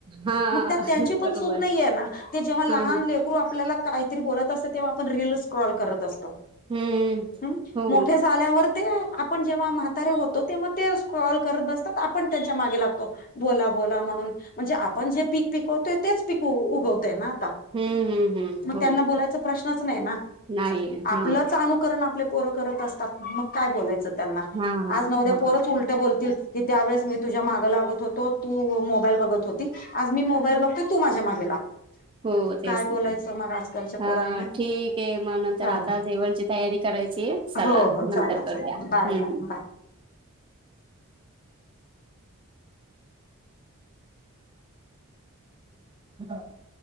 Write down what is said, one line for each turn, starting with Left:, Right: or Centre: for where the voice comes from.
Right: हा
Left: मग त्यात त्यांची
Right: बरोबर
Left: पण चूक नाही आहे ना ते जे लहान
Right: हा
Left: लेकरू आपल्याला काहीतरी बोलत असतं तेव्हा आपण रील क्रॉल करत असतो.
Right: हम्म
Left: हम्म
Right: हो
Left: मोठ्या झाल्यावर ते आपण जेव्हा म्हातारे होतो तेव्हा ते स्क्रॉल करत बसतात आपण त्यांच्या मागे लागतो. बोला बोला म्हणून म्हणजे आपण जे पीक पिकवतोय तेच पीक उगवतय ना
Right: हम्म हम्म हम्म
Left: म
Right: हो
Left: त्यांना बोलायचा प्रश्नच नाही ना
Right: नाही हा
Left: आपलंच अनु कारण आपले पोरं करत असतात मग काय बोलायचं त्यांला
Right: हा हा
Left: आज ना उद्या पोरचं
Right: हा
Left: उल त्या बोलतील की त्यावेेळेस मी तुझ्या मागं लागत होतो तू मोबाईल बघत होती. आज मी मोबाईल बघते, तू माझ्या मागे लाग.
Right: हो तेच
Left: काय बोलायचं
Right: ना
Left: मग आजकालच्या
Right: हा
Left: पोरांना
Right: ठीक आहे म नंतर
Left: चाल
Right: आता जेवणची तयारी करायची सल्ला
Left: हो हो चला
Right: नंतर करूया
Left: चला
Right: हम्म
Left: बाय बाय
Right: हम्म.
Left: बाय
Right: <unintelligible>